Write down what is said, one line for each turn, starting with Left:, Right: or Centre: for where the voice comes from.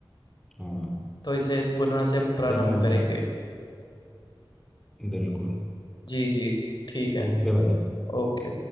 Centre: हाँ
Left: तो इसे पुनः से प्रारंभ
Centre: फिर मिलते
Left: करेंगे
Centre: हैं बिल्कुल
Left: जी जी ठीक है
Centre: ओके भाई
Left: ओके